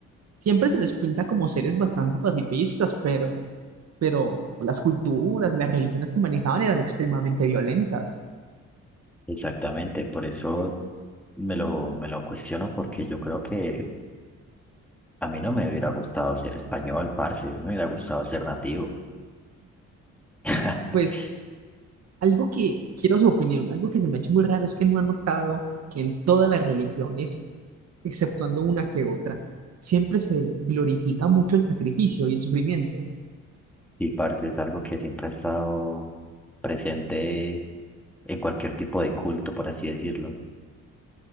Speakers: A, on the right; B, in the centre.
A: Siempre se les pinta como seres bastante pacifistas, pero, pero las culturas, las religiones que manejaban eran extremadamente violentas.
B: Exactamente, por eso me lo, me lo cuestiono porque yo creo que A mí no me hubiera gustado ser español, parce, a mí me hubiera gustado ser nativo. <laughs>
A: Pues Algo que quiero su opinión, algo que se me ha hecho muy raro es que no ha notado que en todas las religiones, exceptuando una que otra, siempre se glorifica mucho el sacrificio y el sufrimiento,
B: Y parce es algo que siempre ha estado presente en cualquier tipo de culto, por así decirlo.